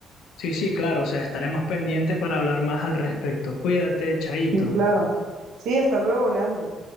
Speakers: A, on the left; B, on the right.
A: Sí, sí, claro, o sea, estaremos pendientes para hablar más al respecto. Cuídate, Chaito.
B: Sí, claro. Sí, hasta luego, Leandro.